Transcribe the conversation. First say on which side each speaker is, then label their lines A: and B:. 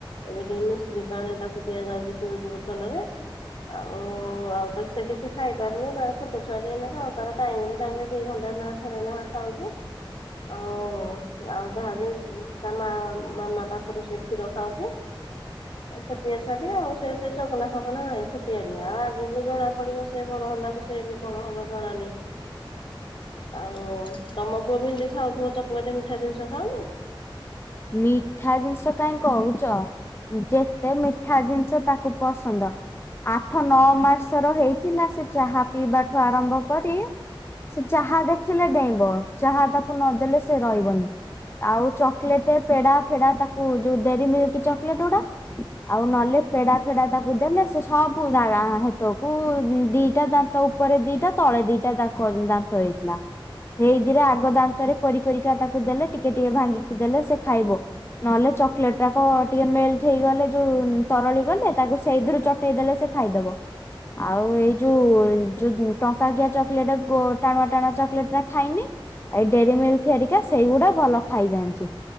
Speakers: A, on the left; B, on the left.
A: ଏବେ ଟିକେ ମିଶିରି ପାଣି ତାକୁ ଦିଆଯାଉଛି ପିଉଛି ବୋତଲରେ। ଆଉ ଆଉ ତ ସେ କିଛି ଖାଇପାରୁନି ତାର ଛୋଟ ଛୁଆ ସେ ଏନେକା ଆଉ ତାର ଟାଇମରେ ଟାଇମରେ ଦି ଘଣ୍ଟା ନା ଘରେ ନା ଖାଉଚି? ଆଉ ଆଉ ଯାହା ଯି ତା ମା ମାମା ପାଖରୁ ସେ କ୍ଷୀର ଖାଉଚ଼ି। ଛୋଟିଆ ଛୁଆଟିଏ ଆଉ ସେ ଏତେ ଚଗଲା, ଫଗଲା ନାହିଁ। ଛୁଆଟିଏ ଆଉ ଆଗକୁ ଜଣା ପଡିବ ସେ ବଡ ହେଲାଠୁ। ସେ ବି କଣ ହବ ଜଣାନି। ଆଉ ତମ ପୁଅ ବି ଏମିତି ଖାଉଥିବ ଚକୁୁଆଟେ ମିଠା ଜିନିଷ ଖାଉନି।
B: ମିଠା ଜିନିଷ କାହିଁ କହୁଚ? ଯେତେ ମିଠା ଜିନିଷ ତାକୁ ପସନ୍ଦ। ଆଠ ନଅ ମାସର ହେଇଥିଲା। ସେ ଚାହା ପିଇବା ଠୁ ଆରମ୍ଭ କରି -- ସେ ଚାହା ଦେଖିଲେ ଡେଇଁବ। ଚାହା ତାକୁ ନଦେଲେ ସେ ରହିବନି ଆଉ ଚ ଲେଟ ପେଡ଼ା ଫେଡ଼ା ତାକୁ ଯୋଉ ଡେରି ମିଲ୍କି ଚକେଲେଟ ଗୁଡା ଆଉ ନହେଲେ ପେଡା ଫେଡା ତାକୁ ଦେଲେ ସେ ସବୁ ଜାଗା ହେତକୁ ଦିଟା ତା -- ଉପରେ ଦିଟା ତଳେ ଦିଟା ଦା କ ଦାନ୍ତ ହେଇଥିଲା। ଏଇଥିରେ ଆଗ ଦାନ୍ତରେ କୋରି କୋରିକା ତାକୁ ଦେଲେ ଟିକେ ଟିକେ ଭାଙ୍ଗିକି ଦେଲେ ସେ ଖାଇବ। ନହେଲେ ଚକୋଲେଟ ଟାକ ଟିକେ ମେଲଟ ହେଇଗଲେ ଯୋଉ ତରଳି ଗଲେ ତାକୁ ସେଇଥିରୁ ପଠେଇଦଲେ ସେ ଖାଇଦବ। ଆଉ ଏଇ ଯୋଉ ଯୋଉ ଟଙ୍କା କିିଆ ଚକୋଲେଟ ଟାଣୁଆ ଟାଣୁଆ ଚକଲେଟଟା ଖାଇନି। ଏଇ ଡେରିମିଲ୍କ ହେରିକା ସେଇଗୁଡା ଭଲ ଖାଇଯାଆନ୍ତି।